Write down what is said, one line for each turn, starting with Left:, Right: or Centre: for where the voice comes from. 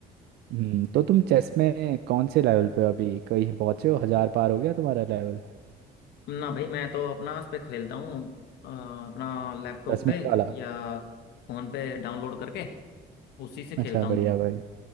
Right: हम्म तो तुम चेस में कौन से लेवल पे हो अभी कहीं पहुंचे हो हजार पार हो गया तुम्हारा लेवल
Left: ना भाई मैं तो अपना उस पे खेलता हूँ अ, अपना लैपटॉप
Right: दस
Left: पे
Right: मिनट वाला
Left: या फोन पे डाउनलोड करके उसी से खेलता
Right: अच्छा बढ़िया
Left: हूँ
Right: भाई